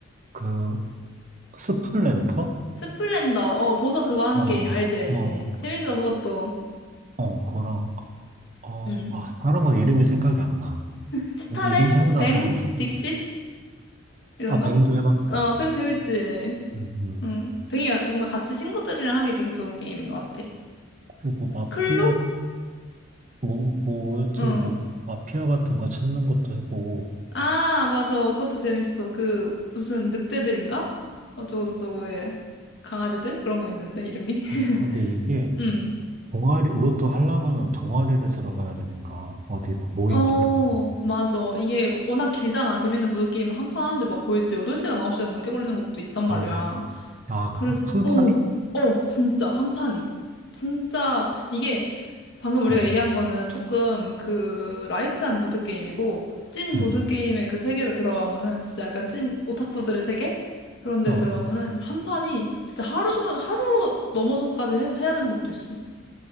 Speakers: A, on the right (about 40°); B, on the left (about 60°).
A: 그, 스플랜터?
B: 스플렌더, 어, 보석 그거 하는
A: 어,
B: 게임, 알지, 알지.
A: 어,
B: 재밌어, 그것도.
A: 어, 그거랑, 어,
B: 음.
A: 아, 다른 건 이름이 생각이 안 나.
B: 스타델?
A: 음, 이름 생각나는
B: 뱅?
A: 건 누구?
B: 딕싯? 이런
A: 아,
B: 거?
A: 뱅도 해봤어.
B: 어, 뱅 재밌지.
A: 음, 음.
B: 응. 뱅이가 뭔가 같이 친구들이랑 하기 되게 좋은 게임인 것 같아.
A: 그리고 마피아
B: 클로?
A: 뭐, 뭐, 여치고
B: 응.
A: 뭐, 마피아 같은 거 찾는 것도 해보고.
B: 아, 맞아. 그것도 재밌어. 그, 무슨 늑대들인가? 어쩌고저쩌고의 강아지들? 그런 거 있는데, 이름이. <laughs>
A: 음, 아, 근데 이게,
B: 응.
A: 동아리, 이것도 하려면은 동아리를 들어가야 되니까, 어디 막 모임
B: 어,
A: 같은 거.
B: 맞아. 이게 워낙 길잖아. 재밌는 보드게임은 한 판 하는데 막 거의 진짜 8시간, 9시간 넘게 걸리는 것도 있단 말이야.
A: 음. 아,
B: 그래서,
A: 그래? 한
B: 어,
A: 판이?
B: 어, 진짜, 한 판이. 진짜, 이게 방금 우리가
A: 어,
B: 얘기한 거는 조금 그 라이트한 보드게임이고, 찐
A: 응.
B: 보드게임의 그 세계로 들어가면은 진짜 약간 찐 오타쿠들의 세계? 그런 데
A: 아,
B: 들어가면은 한 판이 진짜 하루 종일, 하루 넘어서까지 해, 해야 되는 것도 있어.